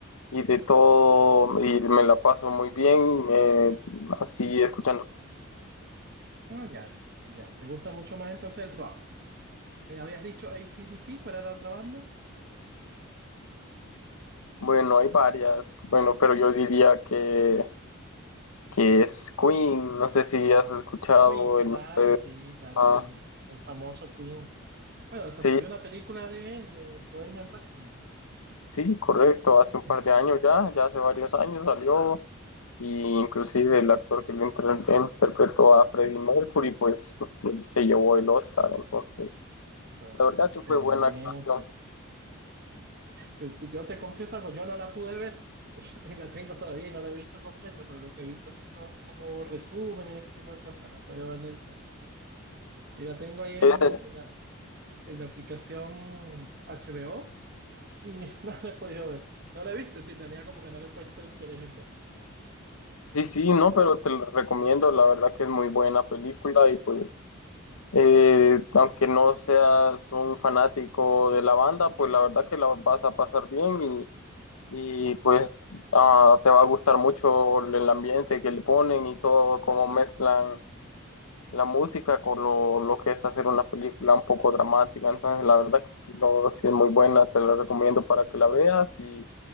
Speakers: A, on the left; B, on the right.
A: y de todo. Y me la paso muy bien, eh, así escuchando
B: No, ya, ya. ¿Te gusta mucho más entonces el rock? Eh, habías dicho AC/DC, ¿cuál era la otra banda?
A: Bueno, hay varias. Bueno, pero yo diría que, que es Queen. No sé si has escuchado
B: Queen,
A: el
B: claro,
A: nombre de
B: sí, claro,
A: esa-
B: Queen. Muy famoso Queen. Bueno, hasta
A: Sí,
B: salió una película de, de Bohemian Rhapsody.
A: sí, correcto. Hace
B: Sí.
A: un par de años ya, ya hace varios años salió. Y inclusive el actor que lo inter- interpretó a Freddie Mercury, pues se llevó el Oscar. Entonces,
B: Pero,
A: la verdad
B: excelente.
A: que fue buena actuación.
B: Te- te- yo te confieso algo, yo no la pude ver. <laughs> La tengo todavía y no la he visto completa, pero lo que he visto sí son como resúmenes y ese tipo de cosas. La puedo ver, la- la- y la tengo ahí en,
A: Eh,
B: en la, en la aplicación HBO. Y <laughs> no la he podido ver. No la he visto, sí, en realidad como que no le he puesto interés en ver.
A: sí, sí, no, pero te lo recomiendo. La verdad que es muy buena película y pues Eh, aunque no seas un fanático de la banda, pues la verdad que la vas a pasar bien y, y, pues ah, te va a gustar mucho el ambiente que le ponen y todo, cómo mezclan la música con lo, lo que es hacer una película un poco dramática. Entonces, la verdad que sí, lo- sí es muy buena, te la recomiendo para que la veas y